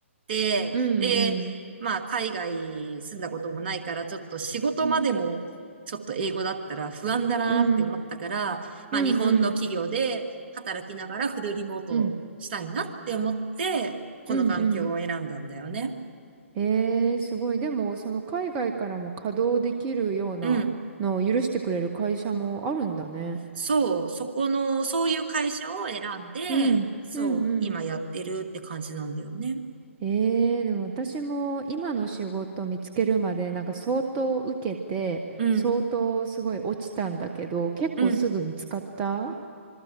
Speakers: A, on the right; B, on the right.
A: で、
B: うん、
A: まあ、海外住んだこともないから、ちょっと仕事までも、
B: うん、うん、
A: ちょっと英語だったら不安だなって思ったから、
B: うん、
A: まあ、
B: うん、
A: 日本の企業で働きながらフルリモートしたいなって思って、
B: うん、
A: この環境を選んだんだよね。
B: うん、うん。えー、すごい。でも、その海外からも稼働できるようなのを許してくれる会社もあるんだね。
A: うん。そう、そこの、そういう会社を選んで、
B: うん、
A: そう、
B: うん、
A: 今やってるって感じなんだよね。
B: うん。ええでも私も今の仕事見つけるまでなんか相当受けて、
A: うん、
B: 相当すごい落ちたんだけど、結構すぐ見つかった
A: うん。